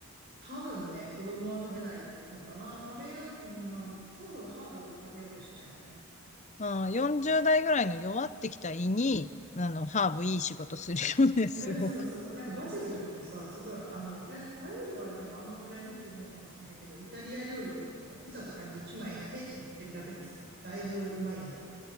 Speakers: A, on the right; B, on the left.
A: 多分ね、子供は食べないのかな。食べよう、うん、まあ、そもそもハーブ食べようとしないよね。
B: うん、40代ぐらいの弱ってきた胃に、あの、ハーブいい仕事するよね、
A: <laughs>
B: <laughs> すごく。
A: うんそうそう。なんかバジルとかもさ、すごい、あの、イタ、バジルはでもあんま嫌いな人いないかもしれないけど、イタリア料理とかでさ、ピザとかに1枚ペッて乗ってるだけでさ、だいぶうまいよね。